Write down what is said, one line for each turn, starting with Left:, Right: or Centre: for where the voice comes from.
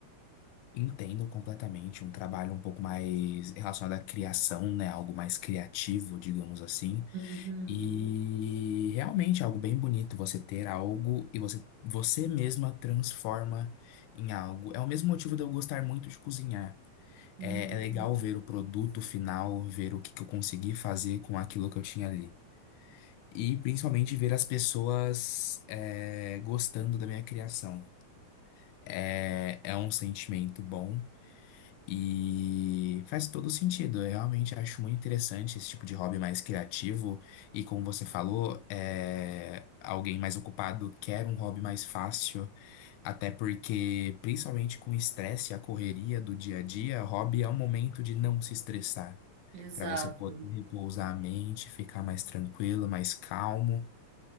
Left: Entendo completamente um trabalho um pouco mais relacionado à criação, né? Algo mais criativo, digamos assim.
Right: Uhum,
Left: E realmente é algo bem bonito você ter algo e você, você mesma transforma em algo. É o mesmo motivo de eu gostar muito de cozinhar.
Right: uhum.
Left: É, é legal ver o produto final, ver o que que eu consegui fazer com aquilo que eu tinha ali. E principalmente ver as pessoas, é, gostando da minha criação. É, é um sentimento bom. E faz todo sentido. Eu realmente acho muito interessante esse tipo de hobby mais criativo. E como você falou, é... alguém mais ocupado quer um hobby mais fácil. Até porque, principalmente com o estresse e a correria do dia a dia, hobby é um momento de não se estressar.
Right: Exato.
Left: Para você poder repousar a mente, ficar mais tranquilo, mais calmo.